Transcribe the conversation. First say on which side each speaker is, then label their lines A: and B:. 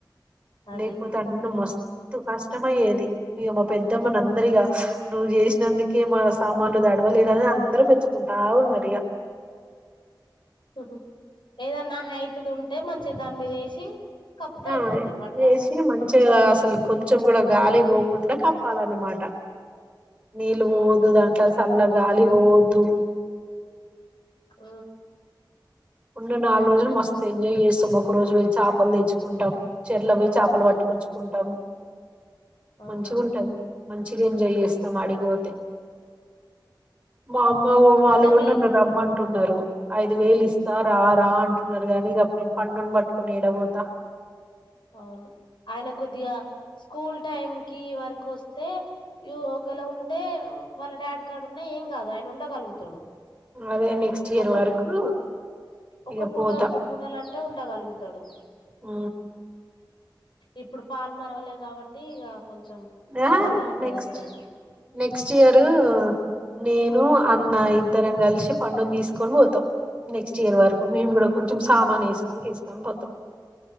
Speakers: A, on the left (about 80°); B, on the right (about 15°).
A: అది
B: లేకపోతే నన్న మస్తు కస్ ఇష్టమయ్యేది, ఇక మా పెద్దమ్మని అందరిగా నువ్వు చేసినందుకే మా సామాన్లుతడవలే గదా అందరం మెచ్చుకుంటా ఉన్నారు ఇగ
A: ఒ హో ఏదన్నా హైట్ది ఉంటే మంచిగా దాని మీద వేసి కప్పుతే
B: ఆ
A: అయిపోద్ది పట్ట
B: వేసి మంచిగా అసలు కొంచెం కూడా గాలి పో కుండా కప్పాలన్నమాట నీల్ పోదు
A: అవును
B: దాంట్లో సల్ల గాలి పొ ద్
A: ఆ
B: ఉన్న నాలుగు రోజులు మస్తు ఎంజాయ్ చేస్తాం, ఒక రోజు పోయి చేపలు తెచ్చుకుంటాం, చెరల పోయి చేపలు పట్టుకొచ్చుకుంటాం.
A: అవునా
B: మంచిగా ఉంటది మంచిగా ఎంజాయ్ చేస్తాం అడికి పొతే మా అమ్మ వాళ్ళు
A: అంటే
B: కూడా
A: అవి
B: నన్ను రమ్మంటున్నారు ఐదు వేళ ఇస్ రా రా అంటున్నారు గానీ ఇకప్పుడు నేను పండును పట్టుకుని ఎడ పోతా
A: అవును ఆయన కొద్దిగా స్కూల్ టైం కి వార్ వస్తే ఒకవేళ ఉంటే వాళ్ళ డాడీ కాడ ఉన్నా ఏం కాదు ఆయన ఉండగలుగుతాడు
B: అదే నెక్స్ట్ ఇయర్
A: ఒక
B: వరకు
A: ఒక
B: ఇక
A: పూట
B: పోతా
A: రెండు పూటలు అంటే ఉ ఉండగలుగుతాడు
B: ఆ
A: ఇప్పుడు పాలు మరవలేదు కాబట్టి ఇక కొంచెం
B: ఆ
A: ఇబ్బందే ఉంటది
B: నెక్స్ట్
A: ఎంతైనా
B: నెక్స్ట్ ఇయరు నేను అన్న ఇద్దరం కలిసి పండుని తీసుకొని పోతాం, నెక్స్ట్ ఇయర్ వరకు మేము కూడా కొంచెం సామాన్ వేసుకొని తీసుకొని పోతాం